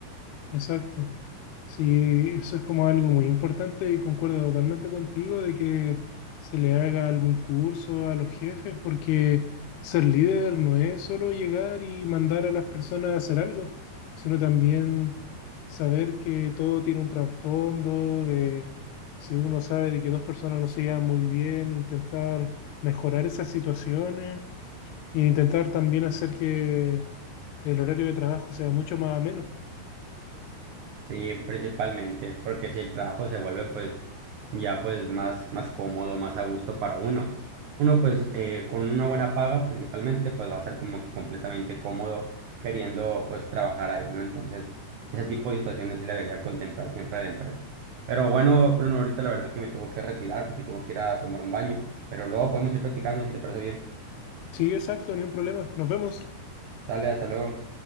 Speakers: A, on the left; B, on the right.
A: Exacto. Sí, eso es como algo muy importante y concuerdo totalmente contigo de que se le haga algún curso a los jefes porque ser líder no es solo llegar y mandar a las personas a hacer algo, sino también saber que todo tiene un trasfondo de si uno sabe de que dos personas no se llevan muy bien, intentar mejorar esas situaciones e intentar también hacer que el horario de trabajo sea mucho más ameno.
B: Sí, principalmente, porque si el trabajo se vuelve pues ya pues más, más cómodo, más a gusto para uno. Uno pues eh, con una buena paga principalmente pues va a ser como que completamente cómodo queriendo pues trabajar ahí, ¿no? Entonces ese tipo de situaciones sí la debería contemplar siempre la empresa. Pero bueno, Bruno, ahorita la verdad que me tengo que retirar porque tengo que ir a tomar un baño, pero luego podemos ir platicando si te parece bien.
A: Sí, exacto, ni un problema. Nos vemos.
B: Sale, hasta luego.